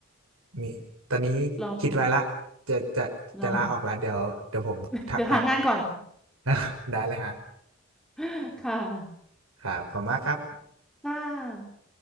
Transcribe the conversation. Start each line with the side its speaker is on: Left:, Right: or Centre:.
Right: มีตอนนี้คิดไว้ละจะจะจะลาออกแล้วเดี๋ยวเดี๋ยวผมทักไป
Centre: ลองเป็น ลอง <laughs> เดี๋ยวหางานก่อน
Right: <laughs> ได้เลยฮะ
Centre: <laughs> ค่ะ
Right: ครับขอบคุณมากครับ
Centre: ค่ะ